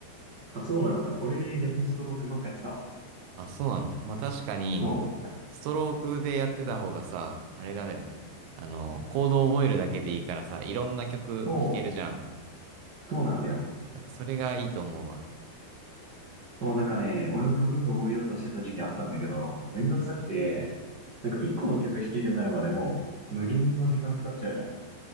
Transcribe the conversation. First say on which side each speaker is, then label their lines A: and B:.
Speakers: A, on the right; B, on the right.
A: あ、そうなんだ。俺逆にストロークばっかやってた。
B: あ、そうなの。まあ、確かに、
A: そう。
B: ストロークでやってた方がさ、あれなんだよね。あの、コードを覚えるだけでいいからさ、いろんな曲弾けるじゃん。
A: そう、そうなんだよ。
B: なんかそれがいいと思うわ。
A: もうなんかね、俺もタブ譜覚えようとしてた時期あったんだけど、もうめんどくさくて、なんか一個の曲弾けるようになるまでもう無限の時間かかっちゃうじゃん。